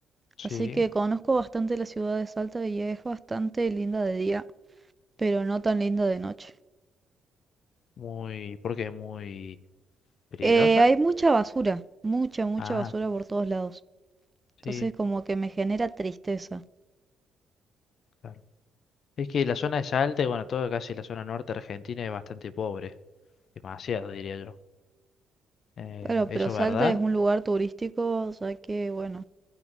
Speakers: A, on the left; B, on the right.
A: sí,
B: Así que conozco bastante la ciudad de Salta y es bastante linda de día, pero no tan linda de noche.
A: muy, ¿por qué? Muy peligrosa.
B: Eh, hay mucha basura, mucha, mucha
A: Ah,
B: basura por todos lados. Entonces
A: sí,
B: como que me genera tristeza.
A: claro. Es que la zona de Salta y bueno, toda casi la zona norte argentina es bastante pobre. Demasiado, diría yo. Eh,
B: Bueno, pero
A: ¿eso
B: Salta
A: es verdad?
B: es un lugar turístico, o sea que, bueno,